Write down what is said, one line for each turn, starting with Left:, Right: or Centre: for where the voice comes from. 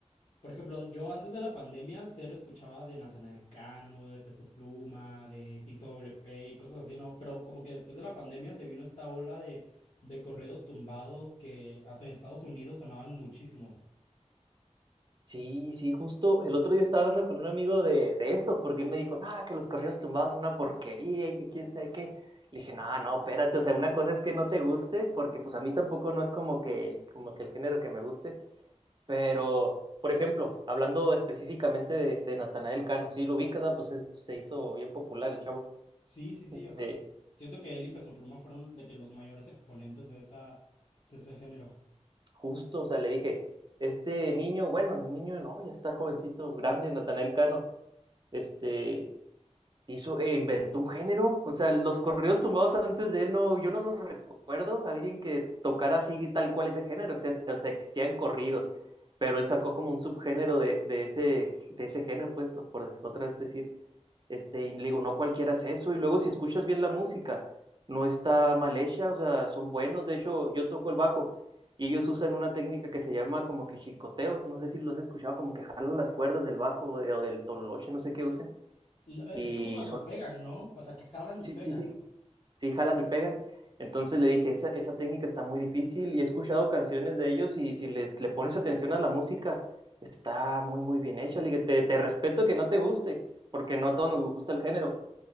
Left: Por ejemplo, yo antes de la pandemia cero escuchaba de Natanael Cano, de Peso Pluma, de Tito WP y cosas así, ¿no? Pero como que después de la pandemia se vino esta ola de, de corridos tumbados que hasta en Estados Unidos sonaban muchísimo.
Right: Sí, sí, justo el otro día estaba hablando con un amigo de, de eso, porque él me dijo, no, que los corridos tumbados son una porquería y que quién sabe qué. Le dije, no, no, espérate, o sea, una cosa es que no te guste, porque pues a mí tampoco no es como que, como que el género que me guste, pero, por ejemplo, hablando específicamente de, de Natanael Cano, sí, lo ubicas, ¿verdad? pues es- se hizo bien popular el chavo.
Left: Sí, sí, sí,
Right: Este,
Left: o sea, siento que él y Peso Pluma fueron de que los mayores exponentes de esa, de ese género.
Right: justo, o sea, le dije, este niño, bueno, niño no, ya está jovencito, grande, Natanael Cano, este hizo, e inventó un género. O sea, los corridos tumbados antes de él no, yo no los recuerdo. Alguien que tocara así tal cual ese género. O sea, o sea, existían corridos, pero él sacó como un subgénero de, de ese, de ese género, pues, por otra vez decir. Este, y le digo, no cualquiera hace eso. Y luego si escuchas bien la música, no está mal hecha, o sea, son buenos. De hecho, yo toco el bajo. Y ellos usan una técnica que se llama como que chicoteo, no sé si los has escuchado, como que jalan las cuerdas del bajo o, de- o del tololoche, no sé qué usen.
Left: No,
Right: Y
Left: e- Es como cuando
Right: son,
Left: pegan, ¿no? O sea, que jalan y
Right: Sí,
Left: pegan
Right: sí, sí, sí, jalan y pegan. Entonces le dije, esa, esa técnica está muy difícil y he escuchado canciones de ellos y si le, le pones atención a la música, está muy, muy bien hecha. Le dije, te, te respeto que no te guste, porque no a todos nos gusta el género,